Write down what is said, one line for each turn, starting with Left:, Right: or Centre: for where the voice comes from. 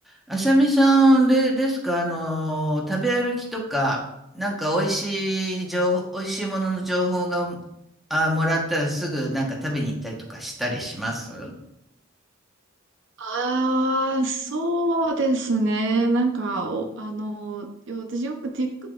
Centre: あさみさんで、ですか、あの、食べ歩きとか、なんか美味しい情、美味しいものの情報が、あ、もらったらすぐなんか食べに行ったりとかしたりします
Right: ああ、そうですね。なんか、お、あの、よ私よく TikTok